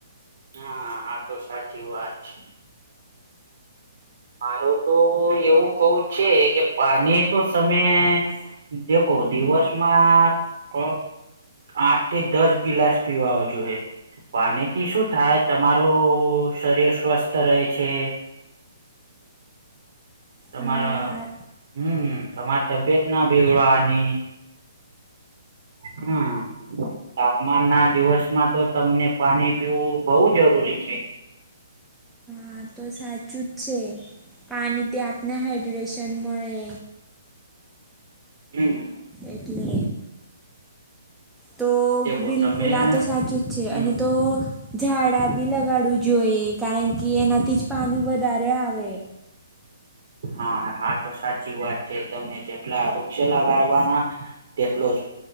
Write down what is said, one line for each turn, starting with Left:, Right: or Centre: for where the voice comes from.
Right: હા હા તો સાચી વાત છે. મારો તો એવું કવું છે કે પાણી તો તમે દખો દિવસમાં ક આઠ દસ ગિલાસ પીવા જોઈએ. પાણીથી શું થાય તમારું શરીર સ્વસ્થ રહે છે. તમારે
Centre: હા
Right: હમ તમારે તબિયત ના બેગડવાની. હમ, તાપમાન ના દિવસ માં તો તમને પાણી પીવું બહુ જરૂરી છે.
Centre: હા તો સાચું જ છે, પાણીથી આપને હાઈડ્રેશન મળે.
Right: હમ.
Centre: એટલે. તો
Right: દેખો
Centre: બિલકુલ
Right: તમે
Centre: આ તો સાચું જ છે
Right: હમ
Centre: અને તો. ઝાડા બી લગાડવું જોઈએ કારણ કે એનાથી જ પાણી વધારે આવે.
Right: હા હા તો સાચી વાત છે તમે જેટલા વૃક્ષ લગાડવાના. તેટલો જ